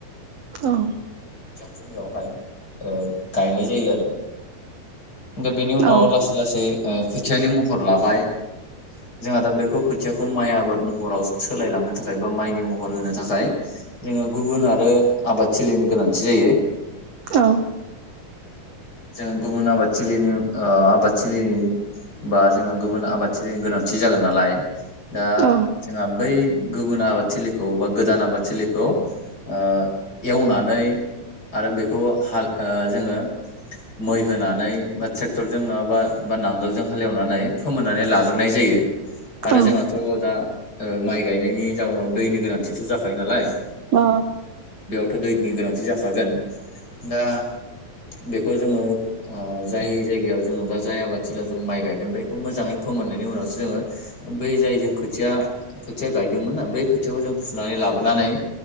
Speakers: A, on the right; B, on the left.
A: औ।
B: थिलियावहाय ओ गायनाय जायो आरो दा बेनि उनाव
A: औ
B: लासै लासै ओ खोथियानि महर लाबाय। जोंहा दा बेखौ खोथियाखौ माइ आबाद महराव सोलायलांनो थाखाय बा माइनि महर होनो थाखाय जोङो गुबुन आरो आबादथिलिनि गोनांथि जायो।
A: औ।
B: जोंङो गुबुन आबादथिलिनि ओ आबाद थिलि बा जोङो गुबुन आबाद थिनि गोनांथि जागोन नालाय दा
A: औ
B: जोंहा बै गुबुन आबाद थिलिखौ बा गोदान आबाद थिलिखौ ओ एवनानै आरो बेखौ हाल ओ जोङो मै होनानै बा ट्रेक्टरजों नङाबा बा नांगोलजों हालेवनानै लायो फोमोननानै ला ग्रोनाय जायो। आरो
A: अ
B: जोंहाथ' दा ओ माइ गायनायनि जाउनाव दैनि गोनांथिथ' जाखायो नालाय।
A: अ।
B: थ' दैनि गोनांथि जाखागोन दा बेखौ जोङो ओ जाय जायगायाव जोङो बा जाय आबादथिलि जों माइ गायगोन बेखौ मोजाङै फोमोननायनि उनावसो जोङो बै जाय जों खोथिया खोथिया गायदोंमोन ना बै खोथियाखौ जों फुनानै लाबोनानै